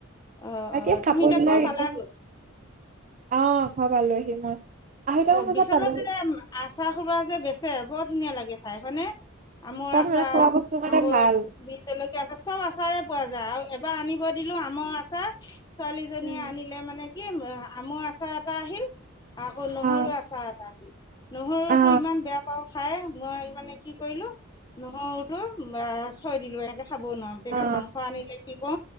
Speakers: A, on the left; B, on the right.
A: অঁ
B: তাকে
A: অঁ তুমি
B: কাপোৰ
A: এতিয়া
B: বিলাক
A: ঘৰ পালাগৈ
B: একদম। অ', ঘৰ পৰা লৈ আহি মই। আঢ়ৈটামান
A: অ',
B: বজাত
A: বিশালত
B: পালোহি
A: এ আচাৰ খবা যে বেচে বৰ ধুনীয়া লাগে খাইপিনে হয়নে। আমৰ
B: তাত
A: আচাৰ,
B: মানে খোৱা বস্তুৰ কাৰণে
A: আকৌ
B: ভাল
A: বিজ লকীয়া চব আচাৰে পোৱা যায় আৰু এবাৰ আনিব দিলো আমৰ আচাৰ, ছোৱালীজনীয়ে
B: উম
A: আনিলে মানে কি আমৰ আচাৰ এটা আহিল। আকৌ নহৰু
B: অ
A: আচাৰ এটা আহি, নহৰুতটো
B: অ
A: ইমান বেয়া পাওঁ খাই মই মানে কি কৰিলো, নহৰুটো থৈ দিলোঁ একে খাব নোৱাৰো। যেতিয়া
B: অ
A: মাংস আনিলে কি ক,